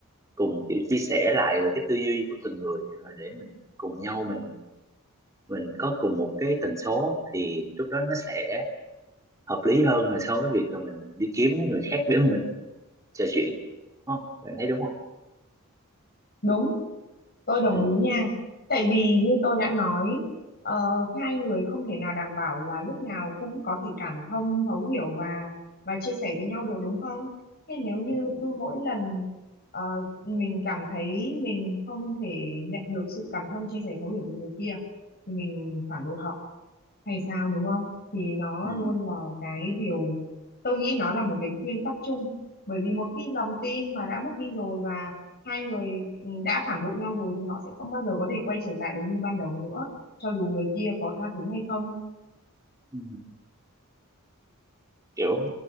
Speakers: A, on the right; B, on the left.
A: cùng kiểu chia sẻ lại về cái tư duy của từng người ờ, để mình cùng nhau mình mình có cùng một cái tần số thì lúc đó nó sẽ hợp lý hơn là so với việc là mình đi kiếm người khác để mình trò chuyện đúng không bạn thấy đúng không
B: đúng Tôi đồng
A: ừ
B: ý nha. Tại vì như tôi đã nói, ờ, hai người không thể nào đảm bảo là lúc nào cũng có thể cảm thông, thấu hiểu và và chia sẻ với nhau được đúng không? Thế nếu như
A: ừ
B: cứ mỗi lần ờ, mình cảm thấy mình không thể nhận được sự cảm thông, chia sẻ, thấu hiểu từ người kia thì mình phản bội họ hay sao đúng không thì nó
A: ừ,
B: luôn là cái điều tôi nghĩ nó là một cái nguyên tắc chung bởi vì một khi lòng tin mà đã mất đi rồi và hai người ừ, đã phản bội nhau rồi thì họ sẽ không bao giờ có thể quay trở lại được như ban đầu nữa cho dù người kia có tha thứ hay không
A: ừ. kiểu